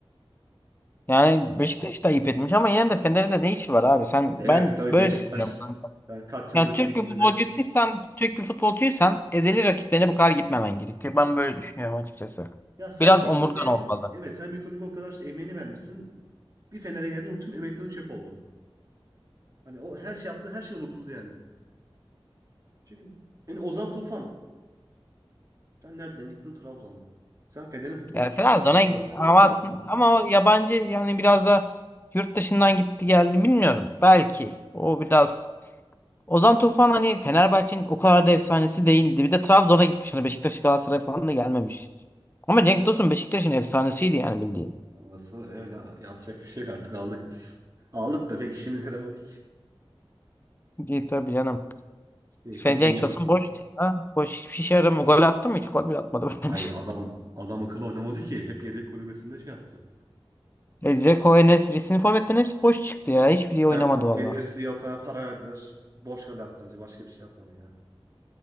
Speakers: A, on the left (about 20°); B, on the right (about 35°).
A: Yani Beşiktaş da ayıp etmiş ama yine de Fener'de ne işi var abi? Sen
B: Evet
A: ben
B: tabii
A: böyle
B: Beşiktaş
A: düşünüyorum kanka.
B: sen kaç yıllık
A: Yani Türk
B: bir
A: bir
B: kulübe.
A: futbolcusuysan, Türk bir futbolcuysan ezeli rakiplerine bu kadar gitmemen gerekiyor. Ben böyle düşünüyorum açıkçası.
B: Ya sen
A: Biraz
B: bir
A: omurgan
B: kulübe
A: olmalı.
B: evet sen bir kulübe o kadar emeğini vermişsin. Bir Fener'e geldin o tüm emeklerin çöp oldu. Hani o her şey yaptığı her şey unutuldu yani. Çünkü yani Ozan Tufan sen nereden gittin Trabzon'a? Sen Fener'in futbolcusun
A: Yani Trabzon'a
B: yani Trabzon'a ne
A: havasın
B: işin var senin?
A: ama o yabancı yani biraz da yurt dışından gitti geldi bilmiyorum. Belki o biraz Ozan Tufan hani Fenerbahçe'nin o kadar da efsanesi değildi. Bir de Trabzon'a gitmiş. Hani Beşiktaş Galatasaray falan da gelmemiş. Ama Cenk Tosun Beşiktaş'ın efsanesiydi yani bildiğin.
B: Orası öyle yapacak bir şey yok artık aldık biz. Aldık da pek işimize yaramadı ki.
A: İyi tabii canım.
B: Bekliyorsun
A: Şey, Cenk
B: ya.
A: Tosun boş ya. Boş hiçbir şey yaramıyor. Gol attı mı? Hiç gol bile atmadı
B: Ay
A: <laughs> bence.
B: adam adam akıllı oynamadı ki. Hep yedek kulübesinde şey yaptı.
A: E, Dzeko, En-Nesyri. Sizin forvetlerin hepsi boş çıktı ya. Hiçbiri oynamadı
B: Ya
A: valla.
B: Enes'i o kadar para verdiler. Boş kaldı attı anca. Başka bir şey yapmadı ya.